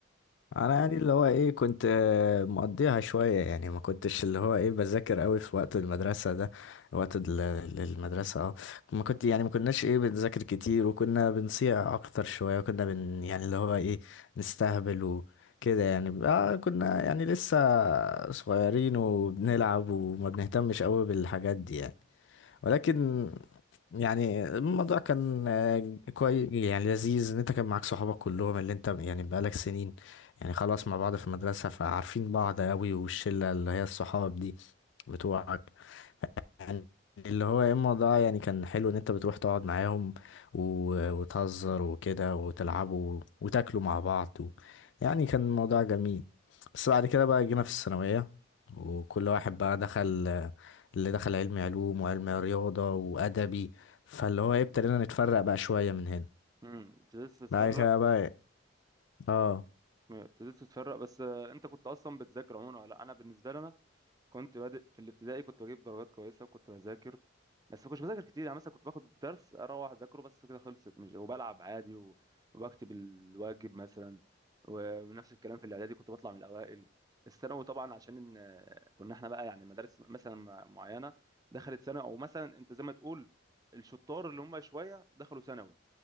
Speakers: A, on the left; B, on the right.
A: انا يعني اللي هو ايه كنت آه، مقضيها شوية يعني ما كنتش اللي هو ايه بذاكر قوي في وقت المدرسة ده وقت ال- ال- المدرسة اه ما كنت يعني ما كناش ايه بنذاكر كتير وكنا بنصيع اكتر شوية وكنا بن يعني اللي هو ايه نستهبل وكده يعني اه كنا يعني لسه صغيرين وبنلعب وما بنهتمش قوي بالحاجات دي يعني ولكن يعني الموضوع كان آه، كويس يعني لذيذ ان انت كان معاك صحابك كلهم اللي انت يعني بقالك سنين يعني خلاص مع بعض في المدرسة فعارفين بعض قوي والشلة اللي هي الصحاب دي بتوعك يعني اللي هو يا اما ده يعني كان حلو ان انت بتروح تقعد معاهم و- وتهزر وكده وتلعبوا وتاكلوا مع بعض و... يعني كان الموضوع جميل بس بعد كده بقى جينا في الثانوية وكل واحد بقى دخل اللي دخل علم علوم وعلم رياضة وأدبي فاللي هو ايه ابتدينا نتفرق بقى شوية من هنا
B: امم ابتديت تتفرق
A: بعد كده بقى إيه، اه
B: ابتديت تتفرق بس آه، انت كنت اصلا بتذاكر عموما ولا لا انا بالنسبه لنا كنت بادئ في الابتدائي كنت بجيب درجات كويسه وكنت بذاكر بس ما كنتش بذاكر كتير يعني مثلا كنت باخد الدرس اروح اذاكره بس كده خلصت مش وبلعب عادي و- وبكتب الواجب مثلا و- ونفس الكلام في الاعدادي كنت بطلع من الاوائل الثانوي طبعا عشان إن- كنا احنا بقى يعني مدارس مثلا مع- معينه دخلت ثانوي او مثلا انت زي ما تقول الشطار اللي هم شويه دخلوا ثانوي